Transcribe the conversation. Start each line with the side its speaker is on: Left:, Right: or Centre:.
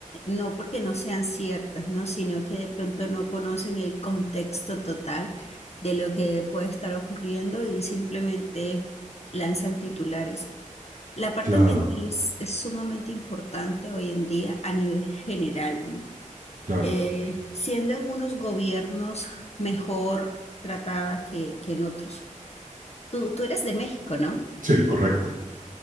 Left: no porque no sean ciertas, ¿no? Sino que de pronto no conocen el contexto total de lo que puede estar ocurriendo y simplemente lanzan titulares. La parte
Right: Claro,
Left: ambiental es, es sumamente importante hoy en día a nivel general, ¿no?
Right: claro.
Left: Eh, siendo en unos gobiernos mejor tratada que, que en otros. Tú, tú eres de México, ¿no?
Right: Sí, correcto.